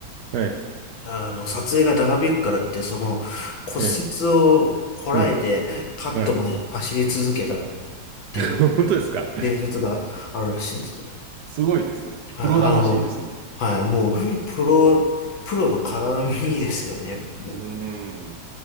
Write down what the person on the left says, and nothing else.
あの、撮影が長引くからって、その、骨折をこらえて、
カットまで走り続けたっ
ていう
伝説があるらしいんです。
はい、
あの、はい、もう、プロ、プロの鏡ですよね。もう、